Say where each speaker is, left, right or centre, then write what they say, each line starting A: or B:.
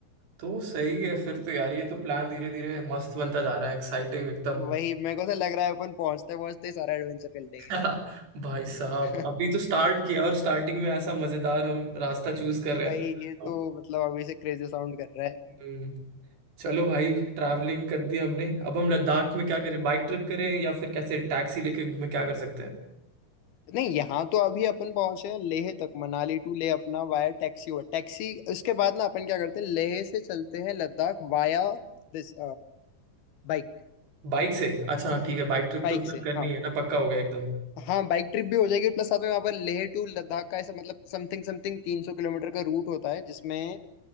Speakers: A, on the right (about 85°); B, on the left (about 70°).
A: तो सही है फिर तो यार ये तो प्लान धीरे धीरे मस्त बनता जा रहा है एक्साइटिंग एकदम
B: वही मेरे को तो लग रहा है अपन पहुंचते पहुंचते ही सारा एडवेंचर कर लेंगे
A: <laughs> भाई साहब
B: <laughs>
A: अभी तो स्टार्ट किया और स्टार्टिंग में ऐसा मजेदार हम रास्ता चूज कर रहे
B: वही
A: हैं
B: ये तो
A: तो-
B: मतलब अभी से क्रेजी साउंड कर रहा है
A: हम्म। चलो भाई ट्रैवलिंग कर दी हमने अब हम लद्दाख में क्या करें बाइक ट्रिप करें या फिर कैसे टैक्सी लेके घूमें क्या कर सकते हैं
B: नहीं यहाँ तो अभी अपन पहुंचे हैं लेह तक मनाली टू लेह अपना वाया टैक्सी हुआ टैक्सी उसके बाद ना अपन क्या करते हैं लेह से चलते हैं Ladakh via this bike
A: बाइक से अच्छा ठीक है बाइक ट्रिप
B: Bike
A: तो फिर
B: से
A: करनी
B: हाँ
A: है ना पक्का हो गया एकदम
B: हाँ बाइक ट्रिप भी हो जाएगी प्लस साथ में वहाँ पर लेह टू लद्दाख का ऐसा मतलब समथिंग समथिंग तीन सौ किलोमीटर का रूट होता है जिसमें